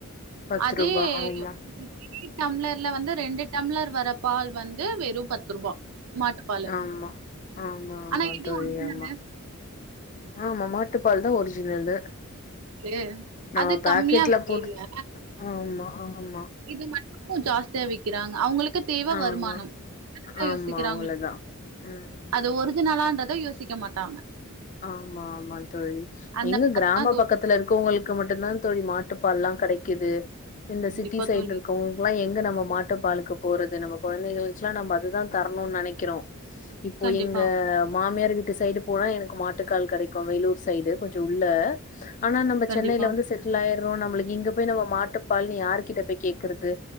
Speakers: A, on the left; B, on the right.
A: பத்து
B: அதே
A: ரூபா ஆமா
B: குட்டி டம்ளர்ல வந்து ரெண்டு டம்ளர் வர பால் வந்து வெறும் பத் பத்து ருபா மாட்டுப்பாலு
A: ஆமா ஆமா ஆமா
B: ஆனா இதே
A: தோழி
B: ஒரிஜினலு
A: ஆமா ஆமா மாட்டுப்பால் தா ஒரிஜினலு
B: <unintelligible>
A: நம்ம
B: அது கம்மியா
A: பாக்கெட்ல
B: விக்கியில்ல
A: போட்டு ஆமா ஆமா
B: இது மட்டு கொஞ் ஜாஸ் தா விக்கிறாங்க அவுங்களுக்கு தேவ
A: ஆமா
B: வருமானம் அப்டிதா
A: ஆமா
B: யோசிக்கிறாங்க
A: அவ்ளோதா ம்
B: அது ஒரிஜினலான்றத யோசிக்க மாட்டாங்க
A: ஆமா ஆமா தோழி
B: அந்த
A: எங்க
B: மாரி
A: கிராம
B: தான் தோழி.
A: பக்கத்துல இருக்கவுங்ளுக் க்கு மட்டுந்தா தோழி மாட்டுப்பால்லா கெடைக்குது இந்த
B: கண்டிப்பா
A: சிட்டி சைட்ல
B: தோழி.
A: இருக்கவ்ங் கல்லா எங்க நம்ம மாட்டுப்பாலுக்கு போறது நம்ம கொழந்தைகளுக்கு எல்லா நம்ம அதுதா தரணுன் நெனைக்கிறோ இப்போ
B: கண்டிப்பா,
A: எங்க மாமியார் வீட்டு சைடு போனா எனக் மாட்டுக்கால் கெடைக்கு வேலூர் சைடு கொஞ்ச உள்ள ஆனா நம்ம
B: கண்டிப்பா,
A: சென்னைல வந்து செட் ட்டில் ஆயிற்றோ நம்மளுக்கு இங்க போயி நம்ம மாட்டுப்பால்னு யார்கிட்ட போய் கேக்கறது